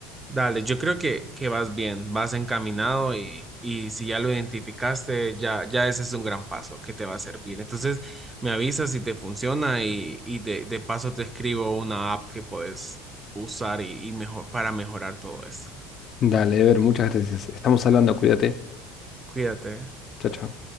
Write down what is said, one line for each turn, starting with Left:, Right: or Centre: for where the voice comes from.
Right: Dale, yo creo que, que vas bien, vas encaminado y, y si ya lo identificaste, ya, ya ese es un gran paso que te va a servir. Entonces, me avisas si te funciona y, y de, de paso te escribo una app que puedes usar y, y mejor, para mejorar todo esto.
Left: Dale, Ever, muchas gracias. Estamos hablando, cuídate.
Right: Cuídate.
Left: Chao, chao.